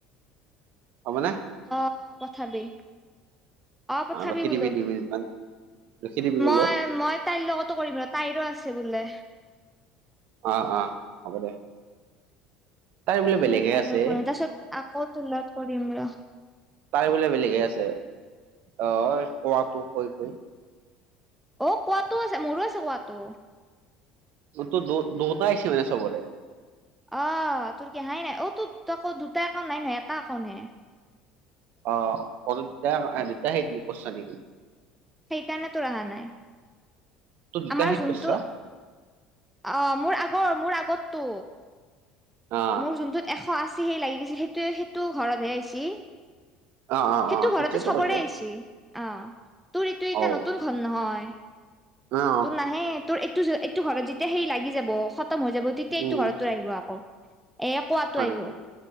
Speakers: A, on the right; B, in the centre.
A: হ'ব নে?
B: অ', পঠাবি অ', পঠাবি
A: ৰখি
B: বোলো।
A: দিবি দুই মিনিট মান ৰখি দিবি বোলো
B: মই মই তাইৰ লগতো কৰিম তাইৰো আছে বোলে।
A: অ', অ', হ'ব দে। তাইৰ বোলে বেলেগহে
B: এইবাৰ তাই
A: আছে
B: লগত কৰিম তাৰ পিছত আকৌ তোৰ লগত কৰিম ৰ'।
A: তাই বোলে বেলেগে আছে অ', এ খোৱাটো কৈ কৈ।
B: অ', কোৱাটো আছে মোৰো আছে কোৱাটো।
A: তোৰ দোতা দোতা আহিছে মানে চবৰে।
B: অ', তোৰ কেহাই নাই অ, তোৰ তৌ দুটা একাউণ্ট নাই নহয় এটা একাউণ্ট হে।
A: অ', অ', দু দুতাই সেই দিম কছা নেকি?
B: সেইকাৰণে তোৰ আহা নাই।
A: তোৰ দুটা
B: আমাৰ
A: হেৰিত
B: যোনটো
A: কৰ'ছ।
B: অ', মোৰ আগৰ মোৰ আগতটো।
A: অ
B: মোৰ যোনটোত এশ আশী হে লাগি গৈছে সেইটোৱে সেইটো ঘৰতহে আহছি।
A: অ', অ',
B: সেইটো
A: অ', সেইটোৱেতো
B: ঘৰতে চবৰে
A: কৈছো
B: আহছে অ' তোৰ ইটো এতিয়া
A: অ',
B: নতুন ঘৰ নহয়।
A: অ', অ',
B: তোৰ নাহে তোৰ এইটো এইটো ঘৰত যেতিয়া সেই লাগি যাব স সতম হৈ যাব। তেতিয়
A: উম,
B: এইটো ঘৰতো আহিব আকৌ এ কোৱাটো
A: হয়
B: আহিব
A: নেকি